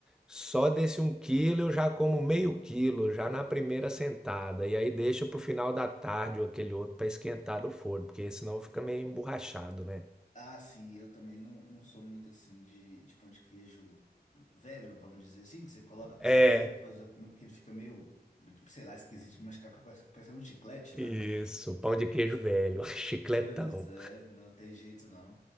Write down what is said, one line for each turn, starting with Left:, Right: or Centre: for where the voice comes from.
Centre: Só desse um quilo eu já como meio quilo, já na primeira sentada. E aí deixo pro final da tarde ou aquele outro para esquentar do forno, porque senão fica meio emborrachado, né?
Left: Ah, sim, eu também não, não sou muito assim de, de pão de queijo velho, vamos dizer assim, que você coloca pra
Centre: É,
Left: fazer, depois vai comer porque ele fica meio, tipo, sei lá, esquisito de mascar, parece- parecendo um chiclete, né?
Centre: isso, pão de queijo velho, <laughs> chicletão.
Left: Pois é, não tem jeito não.